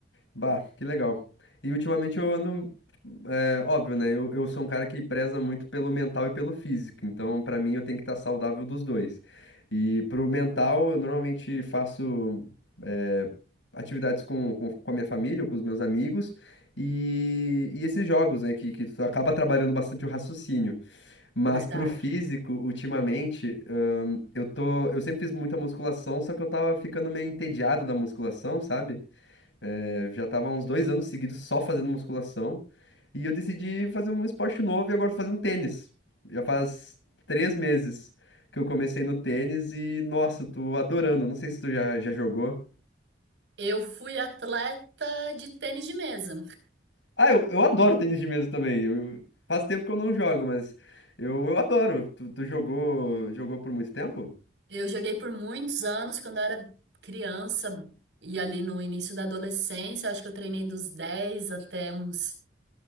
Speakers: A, on the left; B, on the right.
A: Bah, que legal. E ultimamente eu ando É óbvio, né? Eu, eu sou um cara que preza muito pelo mental e pelo físico, então pra mim eu tenho que estar saudável dos dois. E pro mental, eu normalmente faço é, atividades com, com, com a minha família, ou com os meus amigos, e, e esses jogos, né? Que, que tu acaba trabalhando bastante o raciocínio. Mas
B: Verdade.
A: pro físico, ultimamente, eu tô, eu sempre fiz muita musculação, só que eu tava ficando meio entediado da musculação, sabe? É, já tava há uns dois anos seguidos só fazendo musculação. E eu decidi fazer um esporte novo e agora tô fazendo tênis. Já faz três meses que eu comecei no tênis e, nossa, eu tô adorando. Não sei se tu já, já jogou.
B: Eu fui atleta de tênis de mesa.
A: Ah, eu, eu adoro tênis de mesa também. Eu, faz tempo que eu não jogo, mas eu, eu adoro. Tu, tu jogou, jogou por muito tempo?
B: Eu joguei por muitos anos quando eu era criança e ali no início da adolescência, acho que eu treinei dos 10 até uns